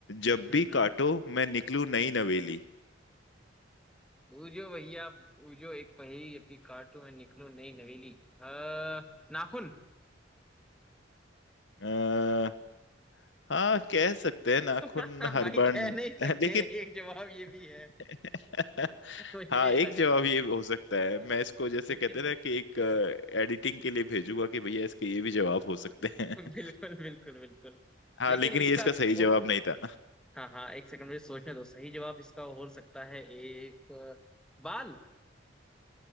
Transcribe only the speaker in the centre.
हम्म
हम्म
बूझो भैया बूझो एक पहेली अपनी काटू में निकलो नई नवेली अः नाखून
<laughs>
भाई
कह
नहीं सकते
एक जवाब ये भी है
मुझे
ये
लग
रहा
है अ,
लेकिन
हाँ,
<laughs>
बिल्कुल बिल्कुल बिल्कुल
लेकिन
इसका
और
हाँ हाँ एक सेकंड मुझे सोचने दो सही जवाब इसका हो सकता है एक अ, बाल